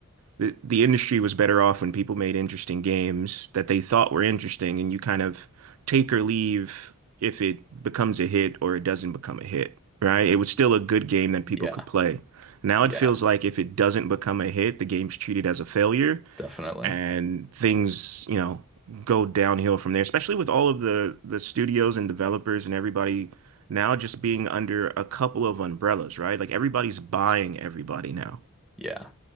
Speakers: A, on the right (about 80°); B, in the centre.
A: the the industry was better off when people made interesting games that they thought were interesting, and you kind of take or leave if it becomes a hit or it doesn't become a hit, right? It was still a good game that people
B: Yeah.
A: could play. Now
B: Yeah.
A: it feels like if it doesn't become a hit, the game's treated as a failure,
B: Definitely.
A: and things, you know, go downhill from there, especially with all of the the studios and developers and everybody now just being under a couple of umbrellas, right? Like everybody's buying everybody now.
B: Yeah.